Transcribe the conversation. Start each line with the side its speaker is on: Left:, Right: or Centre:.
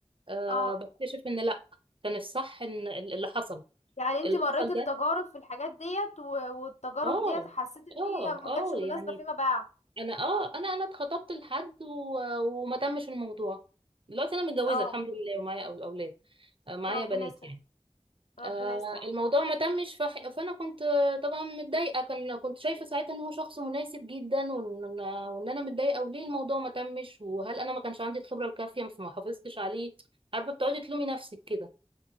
Right: آه
Left: اه
Right: بكتشف ان لا كان الصح ان اللي حصل
Left: يعني انت
Right: اللي
Left: مريتي
Right: حصل ده
Left: بتجارب في الحاجات ديت و... والتجارب
Right: اه
Left: ديت حسيت ان
Right: اه
Left: هي ما
Right: اه
Left: كانتش مناسبة
Right: يعني
Left: فيما بعد
Right: انا اه انا انا اتخطبت لحد و... وما تمش الموضوع دلوقتي انا متجوزه
Left: اه
Right: الحمد لله ومعايا أو- اولاد آه، معايا
Left: ربنا
Right: بنات
Left: يصلح
Right: يعني
Left: ربنا
Right: آه
Left: يصلح
Right: الموضوع ما تمش فح... فانا كنت آه، طبعا متضايقه كان كنت شايفه ساعتها ان هو شخص مناسب جدا وان وان انا متضايقه وليه الموضوع ما تمش وهل انا ما كانش عندي الخبره الكافيه فما حافظتش عليه عارفه بتقعدي تلومي
Left: مم.
Right: نفسك كده